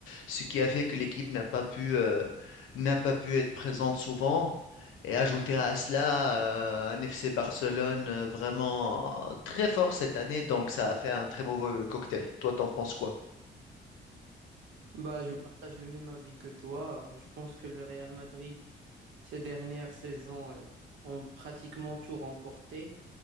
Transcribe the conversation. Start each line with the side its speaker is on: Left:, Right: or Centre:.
Left: ce qui a fait que l'équipe n'a pas pu, euh, n'a pas pu être présente souvent. Et ajouter à cela, euh, un FC Barcelone euh, vraiment euh, très fort cette année, donc ça a fait un très mauvais cocktail. Toi, t'en penses quoi?
Right: Bah, je partage le même avis que toi. Je pense que le Real Madrid Ces dernières saisons euh, ont pratiquement tout remporté.